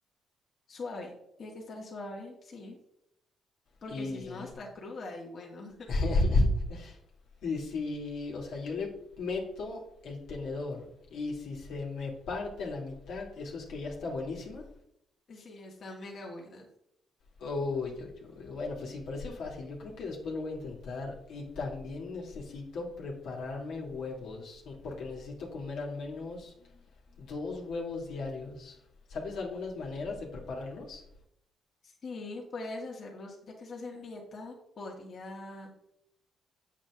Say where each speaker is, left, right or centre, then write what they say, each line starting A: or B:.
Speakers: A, on the left (about 50°); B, on the left (about 75°).
A: suave, tiene que estar suave, sí, porque
B: Y...
A: si no, está cruda y bueno,
B: <laughs> y si, o sea, yo le meto el tenedor y si se me parte a la mitad, eso es que ya está buenísima.
A: <laughs> sí, está mega buena.
B: Uy, uy, uy. Bueno, pues sí, parece fácil. Yo creo que después lo voy a intentar. Y también necesito prepararme huevos, porque necesito comer al menos dos huevos diarios. ¿Sabes algunas maneras de prepararlos?
A: Sí, puedes hacerlos, ya que estás en dieta, podría,